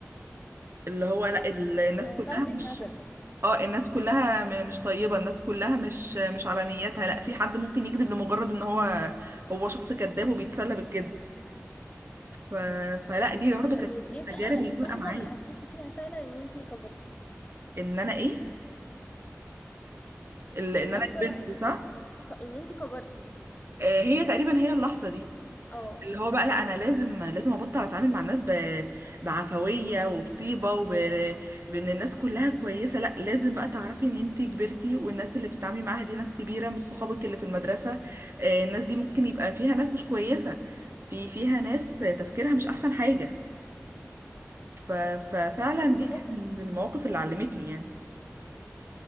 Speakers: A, on the right; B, on the left.
A: اللي هو لا ال- الناس
B: اه
A: كلها
B: تاخدي
A: مش
B: حذرك
A: اه الناس كلها م- مش طيبة الناس كلها مش مش على نيتها لا في حد ممكن يكذب لمجرد ان هو هو شخص كذاب وبيتسلى بالكذب ف... فلا دي برضه
B: طيب
A: كانت التجارب
B: ايه بقى
A: اللي
B: اللحظة
A: فارقة معايا
B: اللي حسيتي فيها فعلا ان انتي كبرتي
A: ان انا ايه ال- ان
B: اللحظة
A: انا كبرت
B: اللي حسيتي
A: صح
B: فيها ان انتي ك- إن إنتي كبرتي
A: آه، هي تقريبا هي اللحظة دي
B: اه
A: اللي هو بقى لا انا لازم لازم ابطل اتعامل مع الناس ب... بعفويه وبطيبه وب... بان الناس كلها كويسه لا لازم بقى تعرفي ان انتي كبرتي والناس اللي بتتعاملي معاها دي ناس كبيره مش صحابك اللي في المدرسه آه، الناس دي ممكن يبقى فيها ناس مش كويسه في فيها ناس تفكيرها مش احسن حاجه ف... ففعلا
B: بالظبط
A: دي كانت من المواقف اللي علمتني يعني